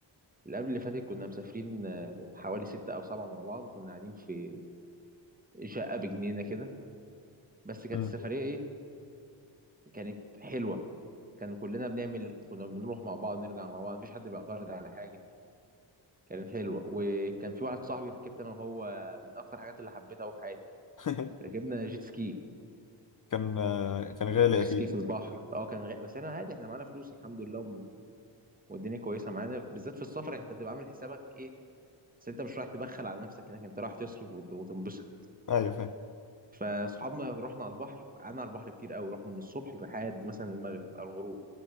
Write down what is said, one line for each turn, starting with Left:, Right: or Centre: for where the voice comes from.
Right: اللي قبل اللي فاتت كنا مسافرين آه، حوالي ستة أو سبعة مع بعض كنا قاعدين في شقة بجنينة كده بس كانت
Left: مم.
Right: السفرية إيه كانت حلوة كان كلنا بنعمل كنا بنروح مع بعض نرجع مع بعض مفيش حد بيعترض على حاجة كانت حلوة وكان في واحد صاحبي ركبت أنا وهو من أكتر الحاجات اللي حبيتها أوي في حياتي
Left: <laughs>
Right: ركبنا جيت سكي
Left: كان آه، كان غالي
Right: جيت
Left: اكيد
Right: سكي في البحر اه كان غ... بس انا عادي احنا معانا فلوس الحمد لله والدنيا كويسه معانا بالذات في السفر انت بتبقى عامل حسابك ايه بس انت مش رايح تبخل على نفسك هناك انت رايح تصرف وت- وتنبسط
Left: ايوه فاهم
Right: فاصحابنا رحنا على البحر قعدنا على البحر كتير قوي رحنا من الصبح لحد مثلا المغرب او الغروب